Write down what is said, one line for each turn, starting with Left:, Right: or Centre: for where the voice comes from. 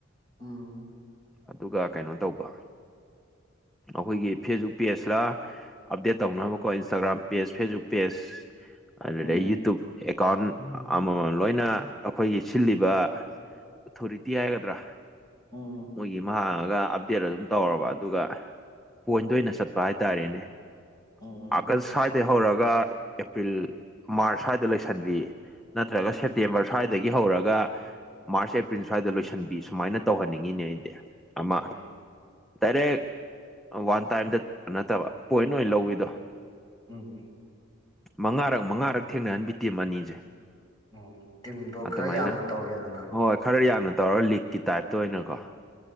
Left: ꯎꯝ
Centre: ꯑꯗꯨꯒ ꯀꯩꯅꯣ ꯇꯧꯕ ꯑꯩꯈꯣꯏꯒꯤ ꯐꯦꯁꯕꯨꯛ ꯄꯦꯖꯇ ꯑꯞꯗꯦꯠ ꯇꯧꯅꯕꯀꯣ ꯏꯟꯁꯇꯥꯒ꯭ꯔꯥꯝ ꯄꯦꯖ ꯐꯦꯁꯕꯨꯛ ꯄꯦꯖ ꯑꯗꯨꯗ
Left: ꯎꯝ ꯎꯝ
Centre: ꯌꯨꯇꯨꯕ ꯑꯦꯀꯥꯎꯟ ꯑꯃꯃꯝ ꯂꯣꯏꯅ ꯑꯩꯈꯣꯏꯒꯤ ꯁꯤꯜꯂꯤꯕ ꯑꯣꯊꯣꯔꯤꯇꯤ ꯍꯥꯏꯒꯗ꯭ꯔꯥ
Left: ꯎꯝ
Centre: ꯃꯣꯏꯒꯤ ꯍꯥꯡꯉꯒ ꯑꯞꯗꯦꯠ ꯑꯗꯨꯝ ꯇꯧꯔꯕ ꯑꯗꯨꯒ ꯄꯣꯏꯟꯗ ꯑꯣꯏꯅ ꯆꯠꯄ ꯍꯥꯏꯇꯥꯔꯦꯅꯦ
Left: ꯎꯝ
Centre: ꯑꯥꯒꯁ ꯁ꯭ꯋꯥꯏꯗꯩ ꯍꯧꯔꯒ ꯑꯦꯄ꯭ꯔꯤꯜ ꯃꯥꯔꯁ ꯁ꯭ꯋꯥꯏꯗ ꯂꯣꯏꯁꯟꯕꯤꯌꯦ ꯅꯠꯇ꯭ꯔꯒ
Left: ꯎꯝ
Centre: ꯁꯦꯞꯇꯦꯝꯕꯔ ꯁ꯭ꯋꯥꯏꯗꯒꯤ ꯍꯧꯔꯒ ꯃꯥꯔꯁ ꯑꯦꯄ꯭ꯔꯤꯜ ꯁ꯭ꯋꯥꯏꯗ ꯂꯣꯏꯁꯤꯟꯕꯤ ꯁꯨꯃꯥꯏꯅ ꯇꯧꯍꯅꯤꯡꯉꯤꯅꯦ ꯑꯩ ꯑꯃ
Left: ꯎꯝ
Centre: ꯗꯥꯏꯔꯦꯛ ꯋꯥꯟ ꯇꯥꯏꯝꯗ ꯅꯠꯇꯕ ꯄꯣꯏꯟ ꯑꯣꯏꯅ ꯂꯧꯋꯤꯗꯣ
Left: ꯎꯝ
Centre: ꯃꯉꯥꯔꯛ ꯃꯉꯥꯔꯛ ꯊꯦꯡꯅꯍꯟꯕꯤ ꯇꯤꯝ ꯑꯅꯤꯁꯦ
Left: ꯎꯝ ꯇꯤꯝꯗꯣ
Centre: ꯑꯗꯨꯃꯥꯏꯅ
Left: ꯈꯔ ꯌꯥꯝꯅ ꯇꯧꯔꯦꯗꯅ
Centre: ꯍꯣꯏ ꯈꯔ ꯌꯥꯝꯅ ꯇꯧꯔꯒ ꯂꯤꯛꯀꯤ ꯇꯥꯏꯞꯇ ꯑꯣꯏꯅꯀꯣ